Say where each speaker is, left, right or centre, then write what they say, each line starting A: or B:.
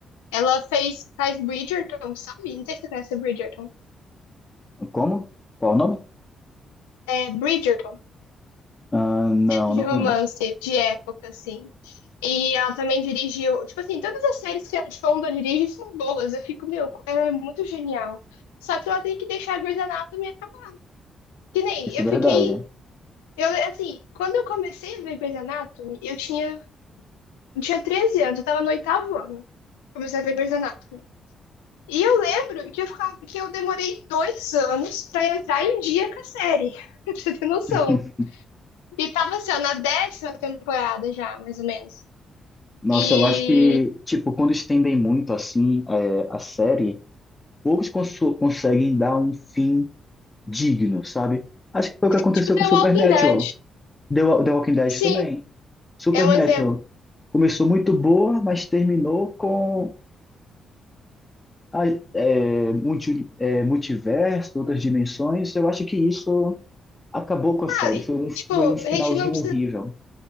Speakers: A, on the left; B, on the left.
A: Ela fez, faz Bridgerton, sabe? Não sei se você conhece Bridgerton.
B: Como? Qual o nome?
A: é, Bridgerton,
B: Ah, não,
A: série
B: não
A: de
B: conheço.
A: romance, de época, assim. E ela também dirigiu, tipo assim, todas as séries que a Fonda dirige são boas. Eu fico, meu, ela é muito genial. Só que ela tem que deixar a Grey's Anatomy acabar. Que nem,
B: Isso
A: eu
B: é verdade.
A: fiquei, eu, assim, quando eu comecei a ver Grey's Anatomy, eu tinha, eu tinha 13 anos, eu tava no oitavo ano. Comecei a ver Grey's Anatomy. E eu lembro que eu, ficava, que eu demorei dois anos pra entrar em dia com a série. <laughs> Pra você ter noção.
B: <laughs>
A: E tava assim, ó, na décima temporada já, mais ou menos.
B: Nossa,
A: E,
B: eu acho que, tipo, quando estendem muito, assim, é, a série. poucos conso- conseguem dar um fim digno, sabe? Acho que foi o que aconteceu
A: tipo, The
B: com Supernatural.
A: Walking Dead.
B: The, Wa- The Walking Dead
A: Sim,
B: também. Supernatural
A: é um exemplo.
B: começou muito boa, mas terminou com a- é, multi- é, multiverso, outras dimensões. Eu acho que isso acabou com a série.
A: Ah, e,
B: Foi um,
A: tipo,
B: foi um finalzinho
A: a gente não precisa,
B: horrível.